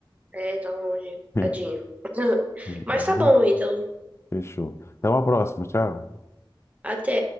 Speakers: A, on the right (about 15°); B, on the left (about 30°).
A: É, tá longe,
B: <laughs>
A: tadinho. <laughs> Mas
B: Tá bom?
A: tá bom, Ítalo.
B: Fechou. Até uma próxima. Tchau.
A: Até.